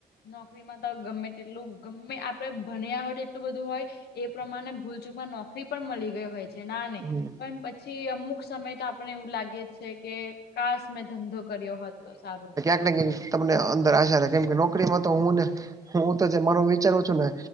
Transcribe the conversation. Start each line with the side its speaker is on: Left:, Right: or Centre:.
Left: નોકરીમાં તો ગમે તેટલું ગમે આપણે ભણ્યા હોય તો એટલું બધું હોય એ પ્રમાણે ભૂલચૂકમાં નોકરી પણ મળી ગઈ હોય છે. ના ને
Right: હમ્મ.
Left: પણ પછી અમુક સમય તો આપણે એવું લાગે છે કે ખાસ મેં ધંધો કર્યો હોત તો સારું ને
Right: <unintelligible> તમને અંદર આશા રહે કેમ કે નોકરીમાં તો હુંને હું તો જે મારો વિચારું છું ને